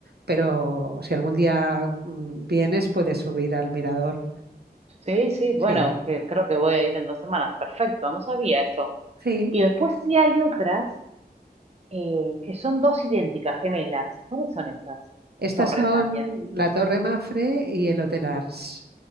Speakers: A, on the right; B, on the right.
A: pero si algún día mm, vienes puedes subir al mirador.
B: sí, sí,
A: Sí,
B: bueno, que creo que voy a ir en dos semanas, perfecto, no sabía eso.
A: sí.
B: Y después sí hay otras eh, que son dos idénticas, gemelas. ¿Cuáles son esas?
A: Estas
B: Torres
A: son
B: también.
A: la Torre Mafre y el Hotel Ars.